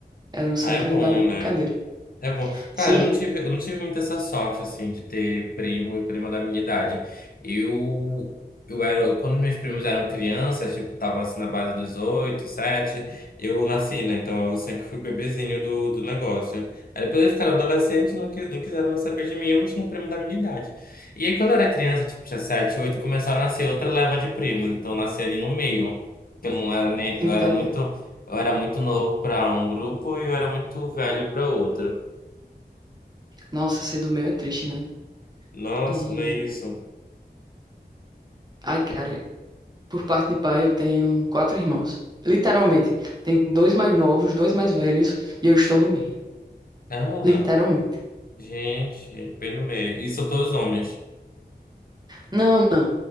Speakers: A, on the right; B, on the left.
A: Eram sempre
B: Ah, é bom,
A: da brincadeira.
B: né? É bom. Cara,
A: Se
B: eu não tive, eu não tive muita essa sorte, assim, de ter primo e prima da minha idade. Eu, eu era, quando meus primos eram crianças, tipo, tava assim na base dos oito, sete, eu nasci, né? Então eu sempre fui o bebezinho do, do negócio. Aí depois eles ficaram adolescentes, não, quis- não quiseram mais saber de mim, eu não tinha primo da minha idade. E aí quando eu era criança, tipo, tinha sete, oito, começou a nascer outra leva de primos. Então eu nasci ali no meio. Eu não era nem,
A: entende?
B: eu era muito, eu era muito novo para um grupo e eu era muito velho para outro.
A: Nossa, ser do meu é triste, né?
B: Nossa,
A: E.
B: não é isso.
A: Ai, cara, por parte de pai eu tenho quatro irmãos. Literalmente. Tem dois mais novos, dois mais velhos e eu estou no meio.
B: Ah,
A: Literalmente.
B: gente, bem no meio. E são todos homens.
A: Não, não.